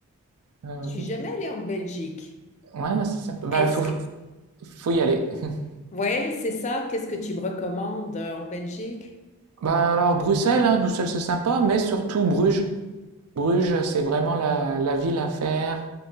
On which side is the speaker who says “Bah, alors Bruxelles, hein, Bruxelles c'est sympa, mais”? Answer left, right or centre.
Right